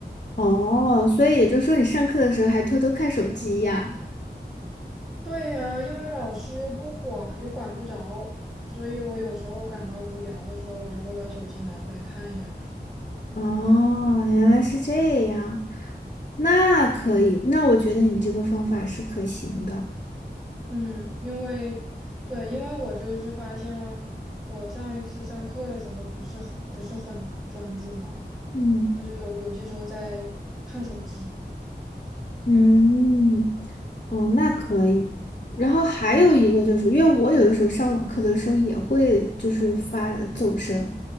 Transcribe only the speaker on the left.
哦，所以也就是说，你上课的时候还偷偷看手机呀？
哦，原来是这样，那可以，那我觉得你这个方法是可行的。
嗯。
嗯，嗯，那可以。然后还有一个就是，因为我有的时候上网课的时候也会就是发走神，